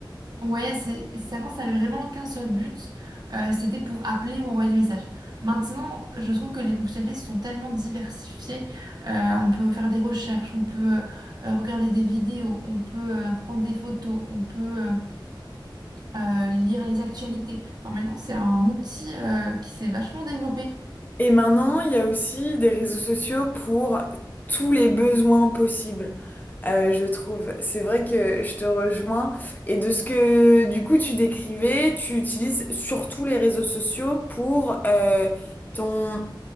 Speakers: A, on the right; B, on the left.
A: Ouais, c'est, c'est- avant, ça avait vraiment qu'un seul but. euh, c'était pour appeler ou envoyer des messages. Maintenant, je trouve que les fonctionnalités se sont tellement diversifiées. Euh, on peut faire des recherches, on peut euh, regarder des vidéos, on peut euh, prendre des photos, on peut. euh, euh, lire les actualités. Enfin, maintenant, c'est un outil euh, qui s'est vachement développé.
B: Et maintenant, il y a aussi des réseaux sociaux pour tous les besoins possibles, euh, je trouve. C'est vrai que je te rejoins. Et de ce que du coup tu décrivais, tu utilises surtout les réseaux sociaux pour euh, ton,